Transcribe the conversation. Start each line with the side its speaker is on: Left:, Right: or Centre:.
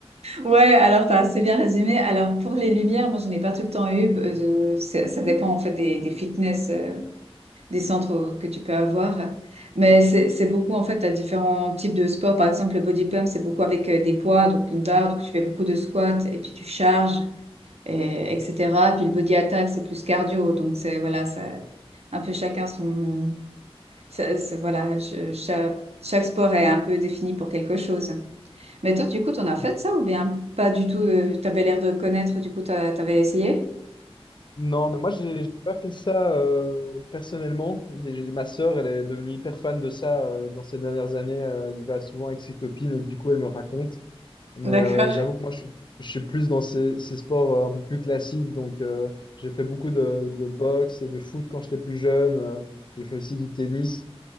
Right: Ouais, alors t'as assez bien résumé. Alors pour les lumières, moi j'en ai pas tout le temps eu. Euh, c'est- ça dépend en fait des, des fitness, euh, des centres que tu peux avoir. Mais c'est c'est beaucoup en fait à différents types de sports. Par exemple, le body pump, c'est beaucoup avec euh, des poids, donc une barre, donc tu fais beaucoup de squats et puis tu charges, et, etc. Puis le body attack, c'est plus cardio. Donc c'est voilà, ça, un peu chacun son. ça- ça- voilà, je- cha- chaque sport est un peu défini pour quelque chose. Mais toi, du coup, t'en as fait
Left: Ok.
Right: ça ou bien pas du tout? euh, T'avais l'air de connaître, du coup, t'as- t'avais essayé?
Left: Non, mais moi, j'ai j'ai pas fait ça euh, personnellement. Il y a- Ma sœur, elle est devenue hyper fan de ça euh, dans ces dernières années. Euh, elle y va souvent avec ses copines et du coup, elle me raconte. Mais
Right: D'accord.
Left: euh, j'avoue que moi, je suis, je suis plus dans ces, ces sports euh, un peu plus classiques. Donc, euh, j'ai fait beaucoup de, de boxe et de foot quand j'étais plus jeune. Euh, j'ai fait aussi du tennis.